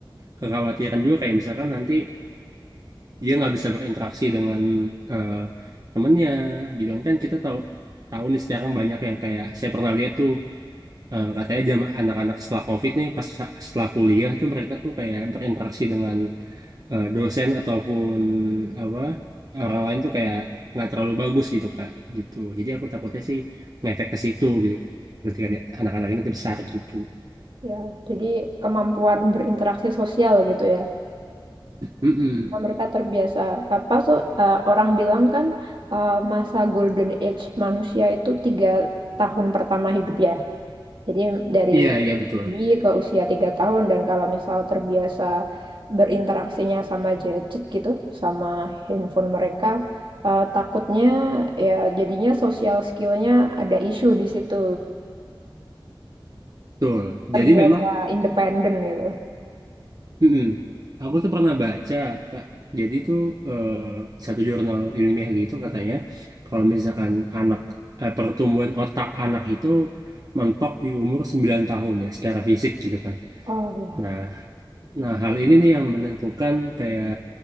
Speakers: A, on the right; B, on the right.
A: kekhawatiran juga kayak misalkan nanti dia nggak bisa berinteraksi dengan eh, temennya gitu kan Kan kita tahu tahu nih sekarang banyak yang kayak saya pernah lihat tuh eh, katanya jam anak-anak setelah COVID nih pas sa- setelah kuliah tuh mereka tuh kayak berinteraksi dengan eh, dosen ataupun apa orang lain tuh kayak nggak terlalu bagus gitu Kak gitu jadi aku takutnya sih ngefek ke situ gitu ketika dia- anak-anak ini nanti besar gitu
B: Ya, jadi kemampuan berinteraksi sosial gitu ya.
A: Mm-mm.
B: Nah, Mereka terbiasa apa tuh eh, orang bilang kan eh, masa golden age manusia itu tiga tahun pertama hidup ya. Jadi dari
A: iya iya betul
B: bayi ke usia tiga tahun dan kalau misal terbiasa berinteraksinya sama gadget gitu, sama handphone mereka, eh, takutnya ya jadinya sosial skillnya ada isu di situ.
A: betul
B: Terbiasa
A: jadi memang
B: independen gitu.
A: Mm-mm. Aku tuh pernah baca, Kak. Jadi tuh eh, satu jurnal ilmiah gitu katanya kalau misalkan anak eh, pertumbuhan otak anak itu mentok di umur 9 tahun ya secara fisik gitu kan.
B: Oh ya.
A: Nah, nah hal ini nih yang menentukan kayak